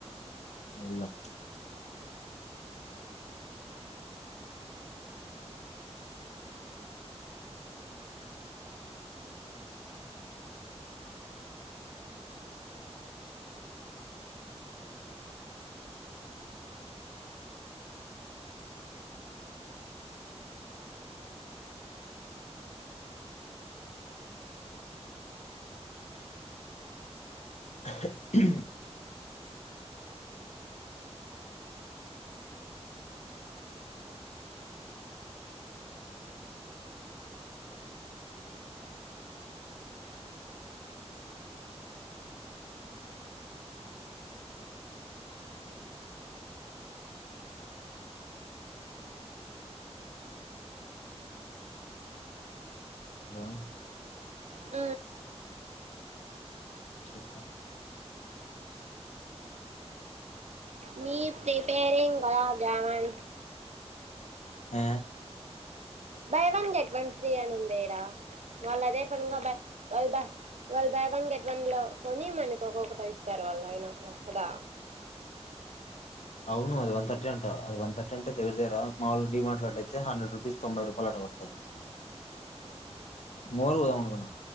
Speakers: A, on the left; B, on the right.
A: ఎల్లాం <unintelligible> హలో
B: మ్
A: చెప్పాలి
B: మీ ప్రిపేరింగ్ భాడా బ్యావన్
A: ఆ
B: buy one get one free అని ఉంది ఈడ వాళ్లు అదే <unintelligible> వాళ్లు బై వన్ గెట్ వన్ లో కొని మనకు ఒక్కొక్కటి ఇస్తారు వాళ్ళు అయినా కదా
A: అవును అది ఒన్ తర్టీ అంట అది ఒన్ తర్టీ అంటే టేబుల్ తేరా మామూలు డి మార్ట్ లో అట్లయితే హండ్రెడ్ రూపీస్ తొంబై రూపాలంట రూపాయలు వస్తది మోర్ పోదాం అనుకున్నా